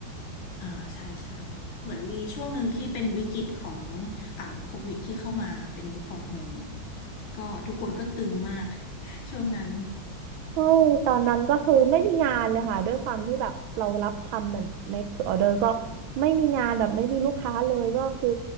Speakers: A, on the left; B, on the right.
A: อ่าใช่ใช่เหมือนมีช่วงหนึ่งที่เป็นวิกฤตของอ่าโควิดที่เข้ามาเป็น work from home ก็ทุกคนก็ตึงมาก <laughs> ช่วงนั้น
B: ใช่ตอนนั้นก็คือไม่มีงานเลยค่ะด้วยความที่แบบเรารับทำแบบ make to order ก็ไม่มีงานแบบไม่มีลูกค้าเลยก็คือ